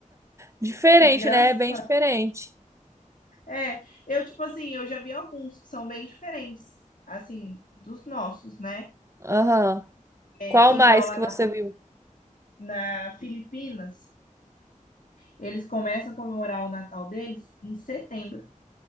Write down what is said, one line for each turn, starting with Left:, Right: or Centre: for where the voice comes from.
Right: diferente,
Left: É engraçado.
Right: né? Bem diferente.
Left: É, eu, tipo assim, eu já vi alguns que são bem diferentes, assim, dos nossos, né?
Right: Aham.
Left: É,
Right: Qual mais
Left: igual lá
Right: que você viu?
Left: na Filipinas, eles começam a comemorar o Natal deles em setembro.